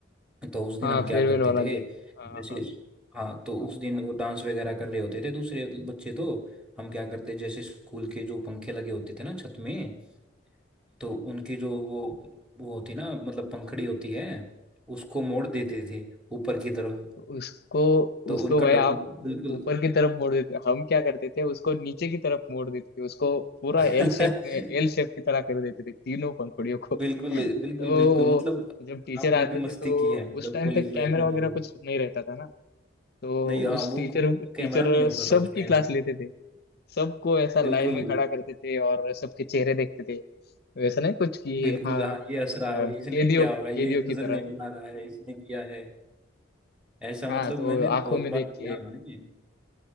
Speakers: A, in the centre; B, on the left.
A: तो उस दिन
B: हाँ
A: हम क्या
B: फेयरवेल
A: करते
B: वाला
A: थे
B: दिन हाँ
A: जैसे
B: हाँ
A: हाँ तो उस दिन वो डांस वगैरह कर रहे होते थे दूसरे बच्चे तो हम क्या करते जैसे स्कूल के जो पंखे लगे होते थे ना छत में तो उनकी जो वो वो होती ना मतलब पंखड़ी होती है उसको मोड़ देते थे ऊपर की तरफ
B: तो उसको
A: तो
B: उसको
A: उनका
B: भाई
A: डबल
B: आप
A: बिल्कुल
B: ऊपर की तरफ मोड़ देते हम क्या करते थे उसको नीचे की तरफ मोड़ देते थे उसको पूरा
A: <laughs>
B: एल शेप में एल शेप की तरह कर देते थे तीनों पंखुड़ियों को <laughs>
A: बिल्कुल बिल्कुल
B: तो
A: बिल्कुल
B: वो
A: मतलब
B: जब टीचर
A: आपने
B: आते
A: भी
B: थे
A: मस्ती
B: तो
A: की है मतलब
B: उस टाइम
A: कॉलेज
B: पे कैमरा
A: लाइफ में
B: वगैरह
A: पूरी
B: कुछ नहीं रहता था ना तो
A: नहीं हाँ
B: उस
A: वो
B: टीचर
A: कैमरा
B: टीचर
A: नहीं होता
B: सबकी
A: था उस टाइम
B: क्लास लेते थे सबको ऐसा लाइन
A: बिल्कुल
B: में खड़ा करते थे और सबके चेहरे देखते थे वैसा नहीं कुछ कि
A: बिल्कुल
B: हाँ
A: हाँ
B: अ,
A: ये असरा
B: कैदियों
A: इसने किया
B: कैदियों
A: होगा ये
B: की
A: नजर
B: तरह
A: नहीं बना रहा है इसने किया है ऐसा मतलब
B: हाँ तो
A: मैंने
B: आंखों
A: बहुत
B: में
A: बार
B: देख
A: किया
B: के
A: हमने